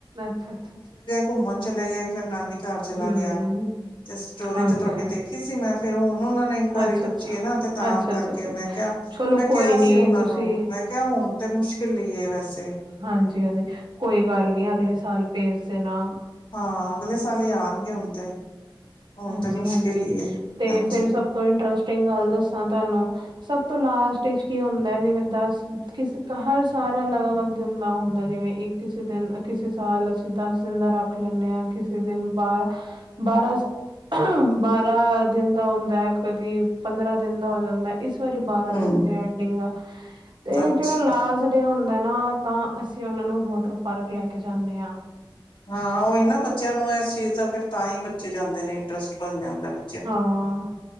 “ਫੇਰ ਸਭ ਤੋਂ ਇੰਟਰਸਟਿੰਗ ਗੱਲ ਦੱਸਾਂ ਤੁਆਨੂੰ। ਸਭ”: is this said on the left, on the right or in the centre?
Right